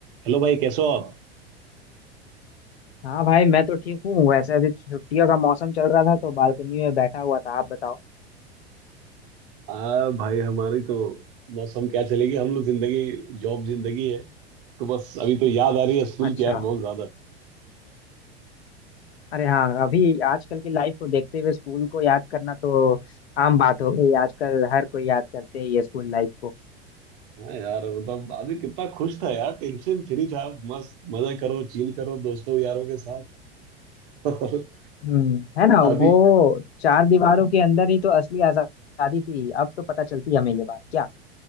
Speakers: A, on the right (about 55°); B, on the left (about 75°).
A: Hello भाई कैसे हो आप
B: हाँ भाई मैं तो ठीक हूँ वैसे अभी छुट्टियों का मौसम चल रहा था तो बालकनी में बैठा हुआ था आप बताओ
A: आ भाई हमारी तो मौसम क्या चलेगी हम लोग जिंदगी जॉब जिंदगी है तो बस अभी तो याद आ रही है स्कूल
B: अच्छा
A: की यार बहुत ज्यादा
B: अरे हाँ अभी आजकल की लाइफ को देखते हुए स्कूल को याद करना तो आम बात हो गई आजकल हर कोई याद करते हैं ये स्कूल लाइफ को
A: हाँ यार मतलब अभी कितना खुश था यार टेंशन फ्री था मस्त मजा करो चिल करो दोस्तों यारों के साथ <laughs> और
B: हम्म है ना
A: अभी
B: वो चार दीवारों के अंदर ही तो असली आजादी थी अब तो पता चलती है हमें ये बात क्या